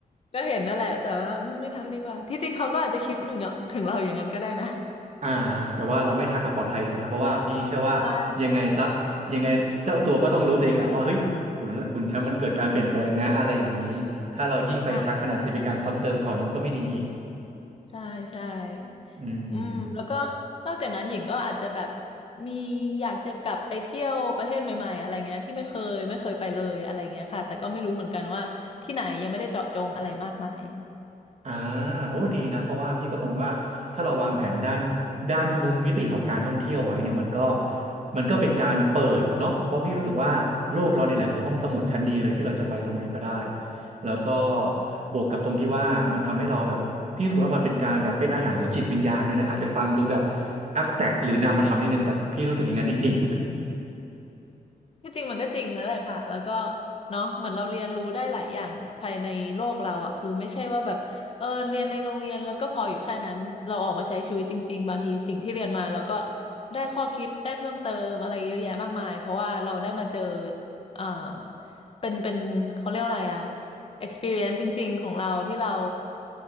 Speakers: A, on the left (about 40°); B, on the right (about 50°).
A: ก็เห็นนั่นแหละแต่ว่าอืมไม่ทักดีกว่าที่จริงเขาก็อาจจะคิดถึงเราถึงเราอย่างนั้นก็ได้นะ
B: อ่าแต่ว่าเราไม่ทักกับปลอดภัยสุดครับเพราะว่าพี่เชื่อว่ายังไงซะยังไงเจ้าตัวก็ต้องรู้ตัวเองแหละว่าเฮ้ยหุ่นหุ่นฉันมันเกิดการเปลี่ยนแปลงนะอะไรอย่างนี้ถ้าเรายิ่งไปทักมันอาจจะเป็นการซ้ำเติมเขอเนาะก็ไม่ดีอีก
A: ใช่อืมค่ะ ใช่ใช่
B: อืม
A: อืมแล้วก็นอกจากนั้นหญิงก็อาจจะแบบมีอยากจะกลับไปเที่ยวประเทศใหม่ๆอะไรเงี้ยที่ไม่เคยไม่เคยไปเลยอะไรเงี้ยค่ะแต่ก็ไม่รู้เหมือนกันว่าที่ไหนยังไม่ได้เจาะจงอะไรมากมาย
B: อ่าโอ้ดีนะเพราะว่าพี่ก็มองว่าถ้าเราวางแผนด้านด้านมุมมิติของการท่องเที่ยวไว้เนี่ยมันก็มันก็เป็นการเปิดเนาะเพราะพี่รู้สึกว่าโลกเราเนี่ยแหละคือห้องสมุดชั้นดีเลยที่เราจะไปตรงไหนก็ได้แล้วก็บวกกับตรงที่ว่ามันทำให้เราแบบพี่รู้สึกว่ามันเป็นการแบบเป็นอาหารของจิตวิญญาณด้วยนะอาจจะฟังดูแบบแอบสแต็กหรือนามธรรมนิดนึงแต่พี่รู้สึกอย่างนั้นจริง
A: ที่จริงมันก็จริงนั่นแหละค่ะแล้วก็เนาะเหมือนเราเรียนรู้ได้หลายอย่างภายในโลกเราอ่ะคือไม่ใช่ว่าแบบเออเรียนในโรงเรียนแล้วก็พออยู่แค่นั้นเราออกมาใช้ชีวิตจริงๆบางทีสิ่งที่เรียนมาเราก็ได้ข้อคิดได้เพิ่มเติมอะไรเยอะแยะมากมายเพราะว่าเราได้มาเจอเอ่อเป็นเป็นเขาเรียกว่าอะไรอ่ะ experience จริงๆของเราที่เรา